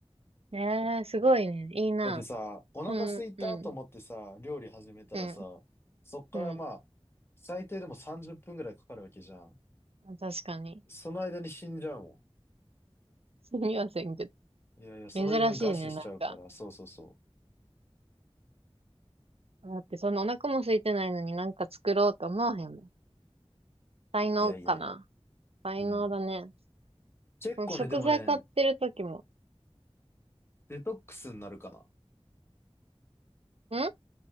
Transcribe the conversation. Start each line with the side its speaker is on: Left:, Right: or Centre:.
Right: ええーすごいね。いいな。
Left: だってさ、お腹空いたと思ってさ、
Right: その、うん。
Left: 料理始めたらさ、
Right: うん。
Left: そっからまあ、
Right: うん。
Left: 最低でも30分ぐらいかかるわけじゃん。
Right: 確かに。
Left: その間に死んじゃうも
Right: すみませんけど。
Left: ん。いやいや、その間に餓死しちゃうから、
Right: 珍しいね、なんか。
Left: そうそうそ
Right: だって、そんなお腹も空いてないのになんか作ろうと思わへんもん。才能かな。
Left: う。いやいやいや。
Right: 才能だね。
Left: うん。結構ね、
Right: うん食材買ってる時も。
Left: でもね、デトックスになるかな。
Right: んあ